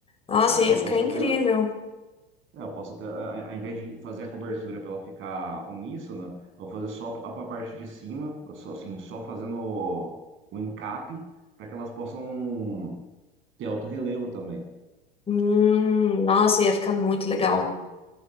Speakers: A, on the left (about 20°); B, on the right (about 40°).
A: Nossa,
B: Ah,
A: ia
B: eu
A: ficar
B: posso
A: incrível.
B: até, é, eu posso até, a- ao invés de fazer a cobertura para ela ficar uníssona, eu vou fazer só a, a parte de cima, eu só assim, só fazendo o, o encape para que elas possam ter alto relevo também
A: Hum, nossa, ia ficar muito legal.